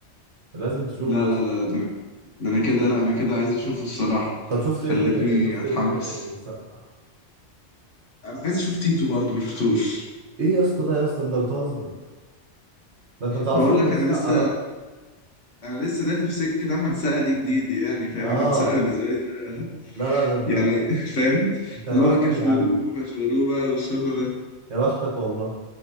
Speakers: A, on the right; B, on the left.
A: لازم تشوفه
B: لا
A: يا
B: لا
A: اسطى
B: لا لا ده انا ده انا كده لا انا كده عايز اشوفه الصراحة
A: طب شفت
B: خلتني
A: ايه تاني شفت
B: اتحمس
A: ايه تاني السقا
B: انا عايز اشوف تيتو برضه ما شفتوش
A: ايه يا اسطى ده يا اسطى انت بتهزر ده انت بتعرفش
B: بقول
A: احمد
B: لك
A: السقا
B: انا لسه
A: بقى
B: انا لسه داخل في سكة احمد سقا دي جديد يعني فاهم
A: اه
B: احمد سقا بالنسبة لي ده
A: لا لا ده انت
B: يعني <laughs> فاهم
A: انت يا
B: اللي
A: بختك
B: هو كشبولوه
A: يا عم
B: فشبولوه بقى والشغل ده
A: يا بختك والله